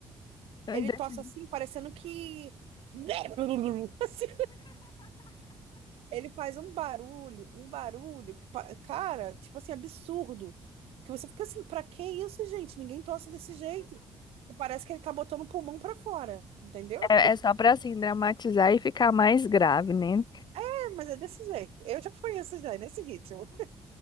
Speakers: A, on the right; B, on the left.
A: Ele
B: desse-
A: tosse assim, parecendo que. <laughs> Assim, Ele faz um barulho, um barulho, que pa- cara, tipo assim, absurdo. Que você fica assim, pra que isso, gente? Ninguém tosse desse jeito. E parece que ele tá botando o pulmão pra fora, entendeu?
B: É, é só pra assim dramatizar e ficar mais grave, né?
A: É, mas é desse jeito. Eu já conheço já, é nesse ritmo.